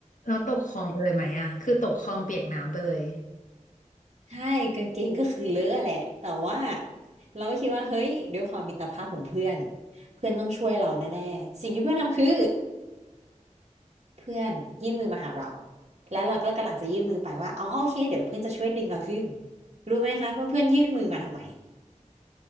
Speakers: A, on the left; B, on the right.
A: เราตกคลองไปเลยไหมอะคือตกคลองเปียกน้ำไปเลย
B: ใช่กางเกงก็คือเลอะแหละแต่ว่าเราก็คิดว่าเฮ้ยด้วยความมิตรภาพของเพื่อนเพื่อนต้องช่วยเราแน่ๆสิ่งที่เพื่อนทำคือเพื่อนยื่นมือมาหาเราแล้วเราก็กำลังจะยื่นมือไปว่าอ๋อโอเคเดี๋ยวเพื่อนจะช่วยดึงเราขึ้นรู้ไหมคะว่าเพื่อนยื่นมือมาทำไม